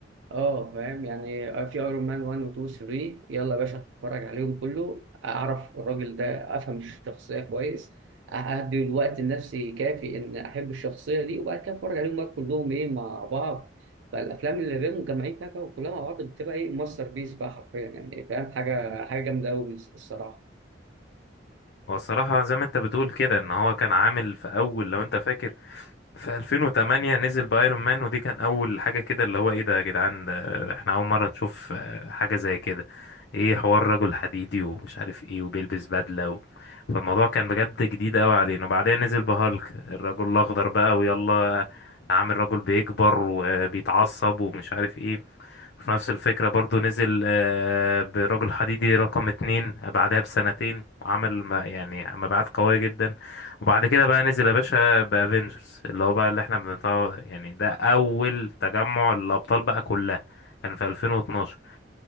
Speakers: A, on the right (about 75°); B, on the left (about 60°).
A: اه فاهم يعني في ايرون مان 1 و 2 و 3 يلا يا باشا اتفرج عليهم كله اعرف الراجل ده افهم الشخصيه كويس اهدي الوقت النفسي كافي ان احب الشخصيه دي وبعد كده اتفرج عليهم بقى كلهم ايه مع بعض فالافلام اللي بيبقوا مجمعين فيها بقى وكلها مع بعض بتبقى ايه ماستر بيس بقى حرفيا يعني فاهم حاجه حاجه جامده قوي الصراحه
B: هو الصراحة زي ما انت بتقول كده ان هو كان عامل في اول لو انت فاكر في 2008 نزل بايرون مان ودي كان اول حاجه كده اللي هو ايه ده يا جدعان ده احنا اول مره نشوف آه، حاجه زي كده ايه حوار رجل حديدي ومش عارف ايه وبيلبس بدله و... فالموضوع كان بجد جديد قوي علينا وبعدين نزل بهالك الرجل الاخضر بقى ويلا عامل رجل بيكبر وبيتعصب ومش عارف ايه وفي نفس الفكرة برضو نزل آه، برجل حديدي رقم اتنين بعدها بسنتين وعمل ما- يعني مبيعات قوية جدا وبعد كده بقى نزل يا باشا بافنجرز اللي هو بقى اللي احنا بنطلع يعني ده اول تجمع للابطال بقى كلها كان في 2012